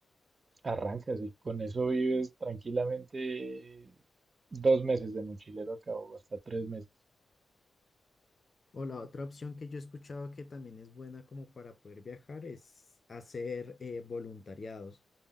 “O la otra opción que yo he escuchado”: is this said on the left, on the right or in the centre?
Left